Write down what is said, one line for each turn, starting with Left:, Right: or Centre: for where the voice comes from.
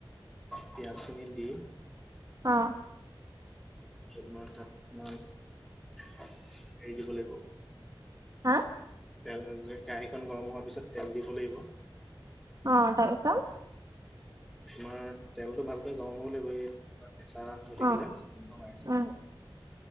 Centre: পিঁয়াজখিনি দি
Right: অ।
Centre: <unintelligible> এৰি দিব লাগিব
Right: হা
Centre: তেল কেৰাহীখন গৰম হোৱাৰ পিছত তেল দিব লাগিব।
Right: অ তাৰ পিছত?
Centre: তোমাৰ তেলটো ভালকে গৰম হ'ব লাগিব, এই কেঁচা হৈ থাকিলে
Right: অ
Centre: নহয়।
Right: উম